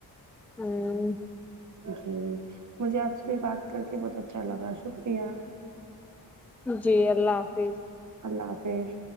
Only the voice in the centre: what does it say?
ہاں
جی اللہ حافظ